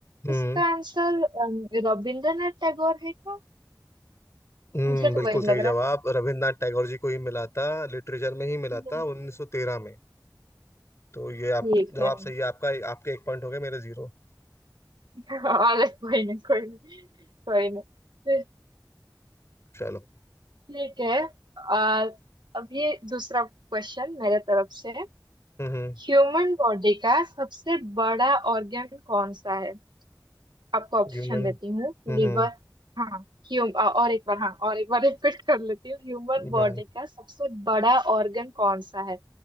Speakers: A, on the left; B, on the right.
A: हम्म
B: इसका आंसर अम, रविंद्रनाथ टैगोर है क्या
A: हम्म
B: मुझे तो
A: बिल्कुल
B: वही
A: सही
B: लग रहा
A: जवाब
B: है
A: रविंद्रनाथ टैगोर जी को ही मिला था लिटरेचर में ही मिला
B: हम्म।
A: था 1913 में तो ये
B: ठीक
A: आप जवाब
B: है
A: सही है आपका आपके एक पॉइंट हो गए मेरे जीरो
B: <laughs> अरे कोई नहीं कोई नहीं कोई नहीं फिर
A: चलो
B: ठीक है आ, अभी दूसरा क्वेश्चन मेरे तरफ से
A: हम्म
B: ह्यूमन बॉडी का सबसे बड़ा ऑर्गन कौन सा है आपको ऑप्शन
A: ह्यूमन
B: देती हूँ
A: हम्म
B: लिवर हाँ ह्यूम और एक बार हाँ और एक बार <laughs> रिपीट कर लेती हूँ ह्यूमन बॉडी
A: हाँ,
B: का सबसे बड़ा ऑर्गन कौन सा है